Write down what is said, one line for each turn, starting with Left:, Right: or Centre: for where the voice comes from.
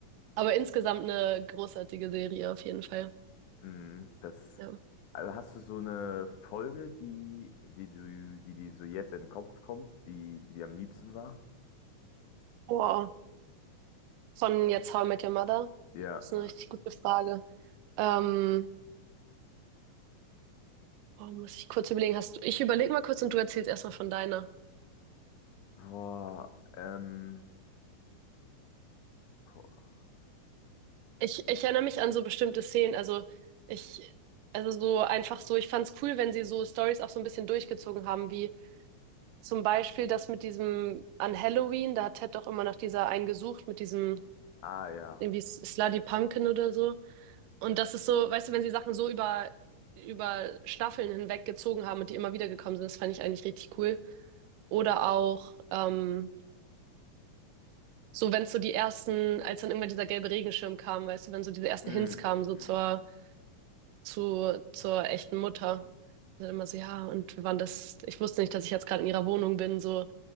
Right: Aber insgesamt eine großartige Serie, auf jeden Fall.
Left: Mm, Das,
Right: Ja.
Left: also hast du so eine Folge, die, die, du- die, die so jetzt in den Kopf kommt, die, die dir am liebsten war?
Right: Boah, von jetzt How I Met Your Mother?
Left: Ja.
Right: Das ist
Left: ja.
Right: eine richtig gute Frage. Ähm, boah, muss ich kurz überlegen, hast du, ich überlege mal kurz und du erzählst erstmal von deiner.
Left: Boah, ähm, boah.
Right: Ich, ich erinnere mich an so bestimmte Szenen. Also ich, also so einfach so, ich fand's cool, wenn sie so Stories auch so ein bisschen durchgezogen haben, wie zum Beispiel das mit diesem an Halloween, da hat Ted doch immer nach dieser einen gesucht, mit diesem
Left: Ah ja.
Right: irgendwie Slutty Pumpkin oder so. Und das ist so, weißt du, wenn sie Sachen so über, über Staffeln hinweg gezogen haben und die immer wieder gekommen sind, das fand ich eigentlich richtig cool. Oder auch ähm, so, wenn so die ersten, als dann irgendwann dieser gelbe Regenschirm kam, weißt du, wenn so diese ersten
Left: Mm,
Right: Hints kamen, so
Left: mm,
Right: zur zu, zur echten Mutter. Also immer so, ja, und wir waren das, ich wusste nicht, dass ich jetzt gerade in ihrer Wohnung bin, so,